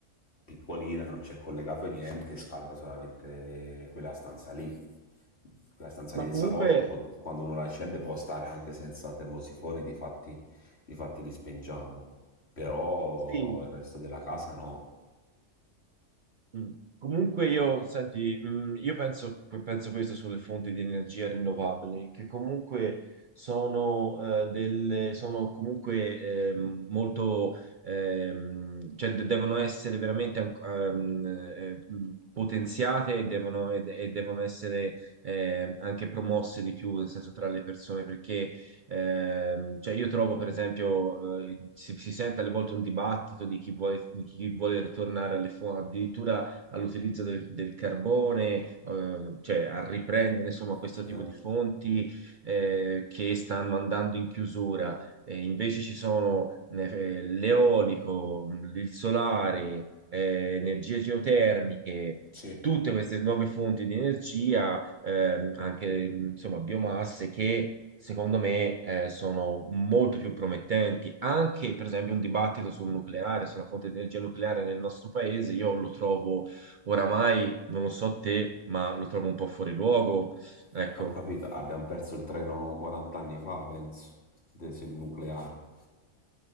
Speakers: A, on the left (about 55°); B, on the right (about 50°).
A: piccolina, non c'è collegato niente, scalda solamente quella stanza lì. Quella stanza
B: Ma
A: lì del
B: comunque
A: salotto, po- quando uno la accende può stare anche senza termosifone, difatti, difatti li spengiamo, però
B: sì,
A: il resto della casa no.
B: Mm. Comunque io, senti, mm, io penso, penso questo sulle fonti di energia rinnovabili, che comunque sono, eh, delle, sono comunque ehm, molto, ehm, cioè de- devono essere veramente anc- ehm, eh, mm, potenziate e devono, e de- e devono essere ehm, anche promosse di più, nel senso tra le persone, perché Ehm, cioè io trovo, per esempio, eh, si, si sente alle volte un dibattito di chi vuole, di chi vuole ritornare alle fonti, addirittura all'utilizzo del, del carbone, eh, cioè a riprendere insomma questo
A: Eh?
B: tipo di fonti eh, che stanno andando in chiusura. Eh, invece ci sono eh, l'eolico, il solare, eh, energie geotermiche.
A: Sì.
B: Tutte queste nuove fonti di energia, ehm, anche insomma biomasse, che secondo me, eh, sono molto più promettenti. Anche, per esempio, un dibattito sul nucleare, sulla fonte di energia nucleare nel nostro paese, io lo trovo oramai non lo so te, ma lo trovo un po' fuori luogo. Ecco,
A: Eh, ho capito, abbiamo perso il treno 40 anni fa, penso, del sul nucleare.